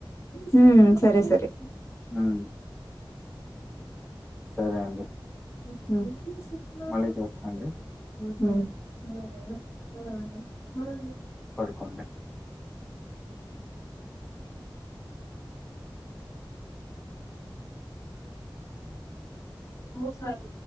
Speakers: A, on the left; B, in the centre.
A: హ సరే సరే
B: ఉమ్ సరే అండి
A: ఉ
B: మళ్ళీ చేస్తా
A: ఉ
B: అండి
A: హ
B: పడుకుండే
A: మో సార్